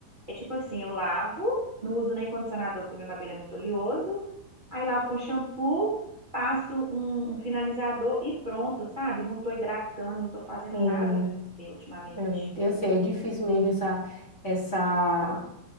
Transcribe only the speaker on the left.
Hum,
hum, então, assim, é difícil mesmo essa, essa,